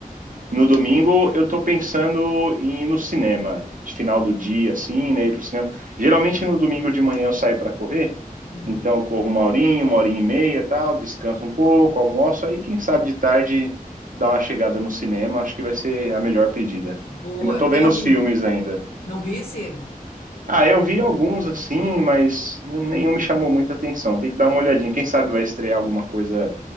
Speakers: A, on the right; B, on the left.
A: No domingo eu tô pensando em ir no cinema, de final do dia, assim, né? Ir pro cinema. Geralmente no domingo de manhã eu saio para correr,
B: Uhum.
A: então eu corro uma horinha, uma horinha e meia, tal, descanso um pouco, almoço, aí quem sabe de tarde dar uma chegada no cinema, acho que vai ser a melhor pedida.
B: Boa.
A: Ainda tô
B: Tem
A: vendo
B: algum.
A: os filmes ainda.
B: Não visse?
A: Ah, eu vi alguns assim, mas n- nenhum me chamou muita atenção. Tem que dar uma olhadinha. Quem sabe vai estrear alguma coisa